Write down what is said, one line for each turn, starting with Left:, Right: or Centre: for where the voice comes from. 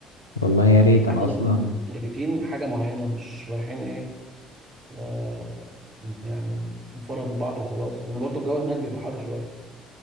Left: والله يا ريت
Right: حتى
Left: انا اصلا
Right: نبقى متارجتين حاجة معينة مش رايحين ايه آه، يعني نفرهد بعض وخلاص لان برضه الجو هناك بيبقى حر شوية